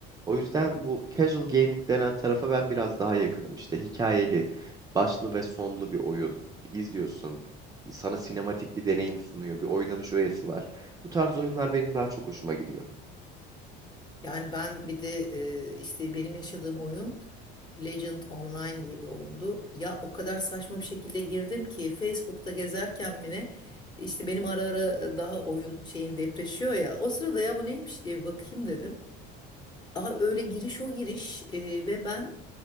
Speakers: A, on the right; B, on the left.
A: O yüzden bu casual gaming denen tarafa ben biraz daha yakınım. İşte hikayeli, başlı ve sonlu bir oyun izliyorsun. Sana sinematik bir deneyim sunuyor, bir oynanış öğesi var. Bu tarz oyunlar benim daha çok hoşuma gidiyor.
B: Yani ben bir de e, işte benim yaşadığım oyun Legend Online diye bir oyundu. Ya o kadar saçma bir şekilde girdim ki Facebook'ta gezerken mi ne işte benim ara ara daha oyun şeyin depreşiyor ya. O sırada ya bu neymiş diye bir bakayım dedim. Aa öyle giriş o giriş e, ve ben